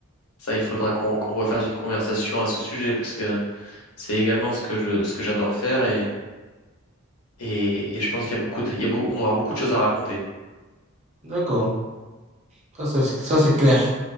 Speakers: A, on the left (about 80°); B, on the right (about 30°).
A: ça, il faudra qu'on qu'on refasse une conversation à ce sujet parce que c'est également ce que je ce que j'adore faire et, et, et je pense qu'il y a beaucoup de, il y a beau- on aura beaucoup de choses à raconter.
B: D'accord. Ça, c'est ça, c'est clair.